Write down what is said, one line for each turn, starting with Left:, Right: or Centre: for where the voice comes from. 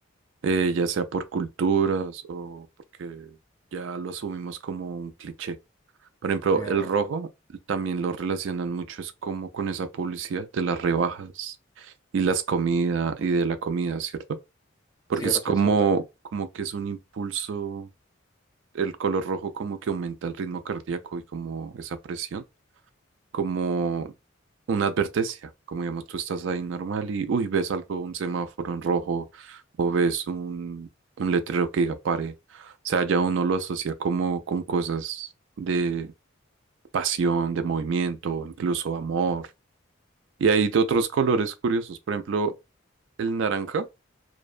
Right: eh, ya sea por culturas o porque ya lo asumimos como un cliché. Por ejemplo,
Left: Ujú,
Right: el rojo también lo relacionan mucho, es como con esa publicidad de las rebajas y las comidas y de la comida, ¿cierto? Porque
Left: Cierto,
Right: es como,
Left: cierto.
Right: como que es un impulso, el color rojo como que aumenta el ritmo cardíaco y como esa presión como una advertencia, como digamos, tú estás ahí normal y, uy, ves algo, un semáforo en rojo o ves un, un letrero que diga pare. O sea, ya uno lo asocia como con cosas de pasión, de movimiento, incluso amor. Y hay de otros colores curiosos, por ejemplo, el naranja.